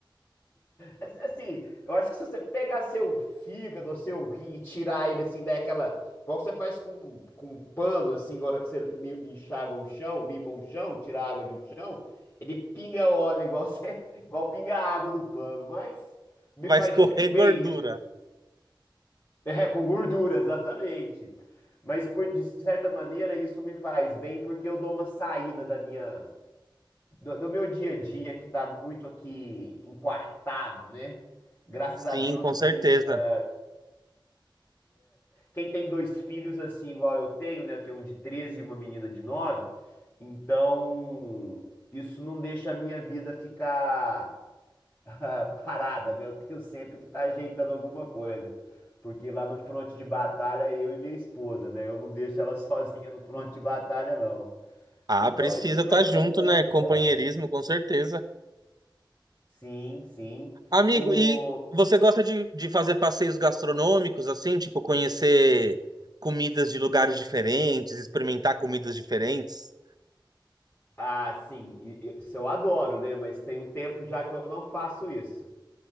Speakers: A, on the left (about 35°); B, on the right (about 50°).
A: Assim, assim, eu acho que se você pegar seu fígado, seu rim e tirar ele assim, daquela. Igual você faz com, com um pano, assim, agora que você li- enxágua um chão, limpa um chão, tira a água de um chão, ele pinga óleo, igual, você, <laughs> igual pinga a água do pano. Mas me
B: Vai
A: faz
B: escorrer
A: muito bem
B: gordura.
A: isso. <laughs> É, com gordura, exatamente. Mas por- de certa maneira, isso me faz bem porque eu dou uma saída da minha do, do meu dia a dia que tá muito aqui enquartado, né? Graças
B: Sim,
A: a Deus,
B: com
A: assim,
B: certeza.
A: eh, quem tem dois filhos, assim, igual eu tenho, né? Eu tenho um de 13 e uma menina de 9. então isso não deixa a minha vida ficar <laughs> ah, parada, né? Eu tenho sempre que estar ajeitando alguma coisa. Porque lá no fronte de batalha é eu e minha esposa, né? Eu não deixo ela <laughs> sozinha no fronte de batalha, não.
B: Ah,
A: Então
B: precisa
A: a gente
B: estar
A: vai tentando,
B: junto, né? Companheirismo,
A: cara.
B: com certeza.
A: Sim, sim.
B: Amigo,
A: O...
B: e você gosta de, de fazer passeios gastronômicos, assim, tipo conhecer comidas de lugares diferentes, experimentar comidas diferentes?
A: Ah, sim, e- e- isso eu adoro, né? Mas tem um tempo já que eu não faço isso,